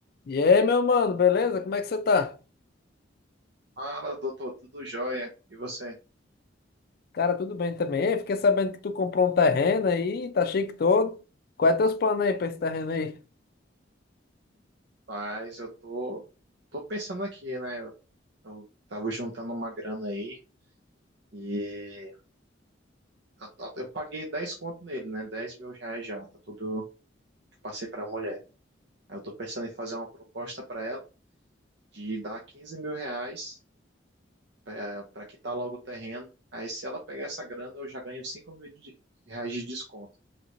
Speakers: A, on the left; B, on the right.
A: E aí, meu mano, beleza? Como é que você tá?
B: Fala, doutor, tudo jóia? E você?
A: Cara, tudo bem também. Ei, fiquei sabendo que tu comprou um terreno aí, tá chique todo. Quais é teus planos aí pra esse terreno aí?
B: Mas eu tô, tô pensando aqui, né? Eu, eu tava juntando uma grana aí e eu, tô- eu paguei 10 conto nele, né? dez mil reais já, tá tudo que eu passei pra mulher. Aí eu tô pensando em fazer uma proposta pra ela de dar quinze mil reais pra, pra quitar logo o terreno. Aí se ela pegar essa grana, eu já ganho 5 mil de, reais de desconto.